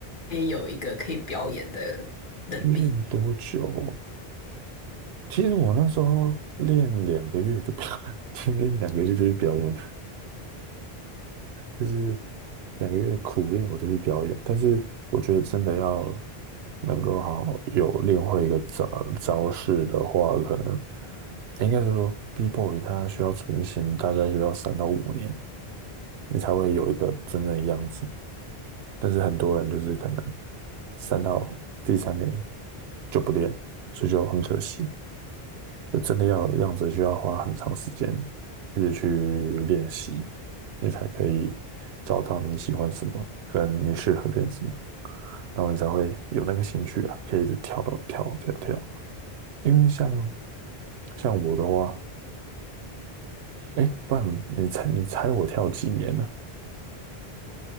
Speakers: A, on the left (about 55°); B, on the right (about 80°).
A: 可以有一个可以表演的能力？
B: 练多久哦？其实我那时候练两个月就表，<laughs> 练两个月就去表演就是两个月苦练，我就去表演。但是我觉得真的要能够好好有练会一个招招式的话，可能应该是说 B-boy 它需要成型，大概需要三到五年，你才会有一个真正的样子。但是很多人就是可能三到第三年就不练，所以就很可惜。就真的要样子，需要花很长时间一直去练习，你才可以找到你喜欢什么，跟你适合练什么，然后你才会有那个兴趣啊，可以一直跳到跳跳跳。因为像像我的话，哎，不然你你猜你猜我跳几年了？